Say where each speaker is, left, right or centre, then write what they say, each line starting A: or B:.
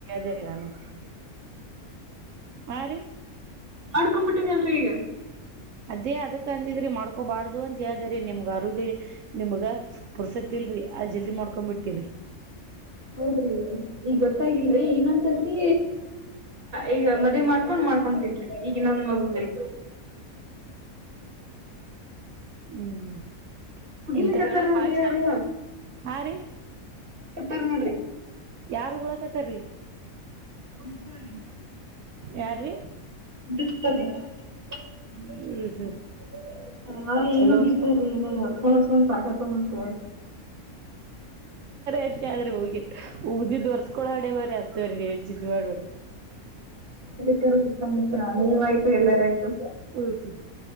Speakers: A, on the right; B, on the right.
A: ಜರಿಗಾನೆ ಆರಿ
B: ಮಾಡ್ಕೊ್ಬಿಟ್ಟನ ಅಲ್ರರಿ ಈಗ
A: ಅದೇ ಅದಕ್ಕ ಅಂದಿದ್ರಿ ಮಾಡ್ಕೋಬಾರ್ದು ಅಂತ ಹೇಳ್ದ್ರ ನಿಮ್ಗ ಆರೋಗ್ಯ ನಿಮ್ಗ ಪುಸತಿ ಲ್ರರಿ ಅದ್ ಜಲ್ದಿ ಮಾಡ್ಕೊಂಡ್ ಬಿಟ್ಟಿರಿ
B: ಹೌದ್ರಿ ಈಗ್ ಗೊತ್ತಾಗಿಲ್ರರಿ ಇನ್ನೊಂದರ್ತಿ ಈಗ ಮದ್ವೆ ಮಾಡ್ಕೊಂಡ್ ಮಾಡ್ಕೊಂಡ ತನ್ಿ ಈಗ ನನ್ ಮಗದ್ರೀ
A: ಹ್ಮ್ ಹ್ಮ್
B: ಮುಗಿಲಿಕತ್ತಾರ
A: ಇಂತ ಹೇಳಕ್
B: ನೋಡ್ರಿ
A: ಬಾ ಚ <unintelligible>
B: ಅವ್ರು
A: ಹಾ ರೀ
B: <inaudible> ನೋಡ್ರಿ
A: ಯಾರ್ು ಉಳಕತಾರರಿ
B: ಕುಳಸದ್ರೀ <unintelligible>
A: ಯಾರ ರೀ
B: ಬಿಡ್ತರಿ <unintelligible>
A: ಹ್ಮ್ ಹ್ಮ್
B: ಹ
A: ಚಲೋ
B: ಏನ್ ಹೋಗತ್ತಾರ ಏನ <unintelligible> ಕಕೊಂಡ ಪಠಕ ನ ಕ <unintelligible>
A: ಅಷ್ಟೇ ಆದ್ರೆ ಹೋಗಿ ಉಗ್ದಿ ತೋರ್. ಕಳಾಡೆ ಬರಿ ಹತ್ತು ಬರಿ ರೇಡ್ <unintelligible> ಜಡ್ ಬರಿ.
B: ಸಿತ್ತಂಗುತ್ತ ನೀವ ಆಯ್ತು ಎಲ್ಲಾರ ಆಯ್ತು.
A: ಹ್ಮ್ ಹ್ಮ್.